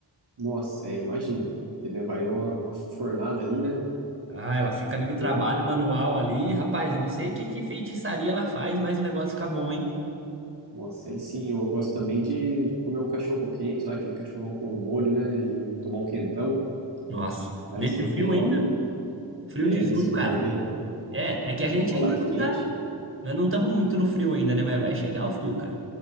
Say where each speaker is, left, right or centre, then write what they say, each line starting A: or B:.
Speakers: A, on the right; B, on the right.
A: nossa, é, eu imagino. Que, né, vai uma, uma fornada ali, né?
B: Ah, ela fica
A: Mas
B: ali no trabalho
A: é,
B: manual ali. Rapaz, eu não sei que, que feitiçaria ela faz, mas o negócio fica bom, hein?
A: nossa, aí sim, eu gosto também de, de comer um cachorro quente lá, aquele cachorrão com molho, né? E tomar um quentão.
B: Nossa.
A: Cara,
B: Nesse
A: isso aí
B: frio
A: não tem igual.
B: ainda? Frio
A: É,
B: de junho,
A: nesse frio
B: cara.
A: vai bem.
B: É, é que
A: um
B: a
A: Chocolate
B: gente ainda não
A: quente.
B: tá. Nós não estamos muito no frio ainda, né? Mas vai chegar o frio, cara.